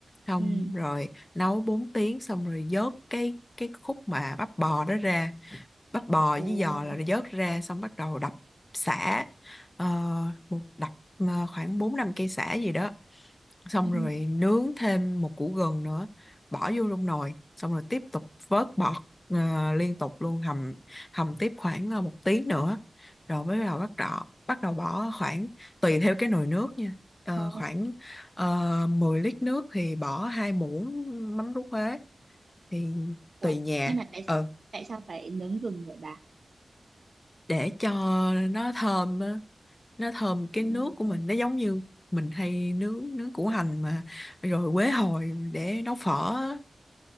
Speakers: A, on the left; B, on the right.
A: xong
B: ừ
A: rồi nấu 4 tiếng xong rồi vớt cái cái khúc mà bắp bò đó ra bắt bò
B: ồ
A: với giò là vớt ra xong bắt đầu đập sả Ờ, một đập ờ, khoảng 4 5 cây sả gì đó xong
B: ừ
A: rồi nướng thêm một củ gừng nữa bỏ vô trong nồi xong rồi tiếp tục vớt bọt ờ, liên tục luôn hầm hầm tiếp khoảng ờ, một tí nữa rồi mới bắt đầu bắt đầu bắt đầu bỏ khoảng tùy theo cái nồi nước nha Ờ,
B: ờ
A: khoảng ờ, 10 lít nước thì bỏ hai muỗng mắm ruốc Huế thì
B: Ủa,
A: tùy nhà
B: nhưng mà tại
A: Ờ,
B: tại sao phải nướng gừng vậy bà?
A: để cho nó thơm á, nó thơm cái
B: Ừ.
A: nước của mình nó giống như mình hay nướng nướng củ hành mà rồi quế hồi để nấu phở á.